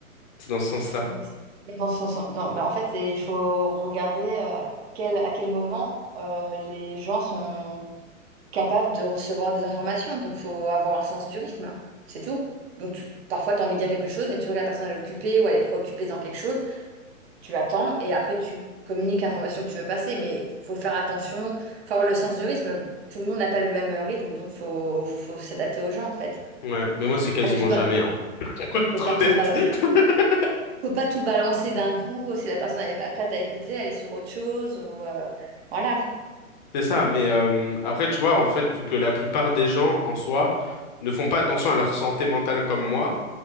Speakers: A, on the left (about 35°); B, on the right (about 45°).
A: C'est dans ce sens-là.
B: Mais mais dans son, son- dans- bah, en fait, c'est- il faut regarder euh, quel, à quel moment euh, les gens sont capables de recevoir des informations. Donc, il faut avoir un sens du rythme, c'est tout. Donc, tu- parfois, tu as envie de dire quelque chose, mais tu vois que la personne elle est occupée ou elle est préoccupée dans quelque chose. Tu attends et après, tu communiques l'information que tu veux passer. Mais il faut faire attention, faut avoir le sens du rythme. Tout le monde n'a pas le même rythme, donc faut, faut s'adapter aux gens, en fait.
A: Ouais, mais moi, c'est quasiment
B: Pas tout ba-
A: jamais, hein. <laughs> Pour être
B: faut pas tout
A: honnête.
B: balancer.
A: <laughs>
B: faut pas tout balancer d'un coup. Si la personne n'est pas prête à écouter, elle est sur autre chose. Ou, euh, voilà,
A: C'est ça, mais euh, après, tu vois, en fait, vu que la plupart des gens, en soi, ne font pas attention à leur santé mentale comme moi,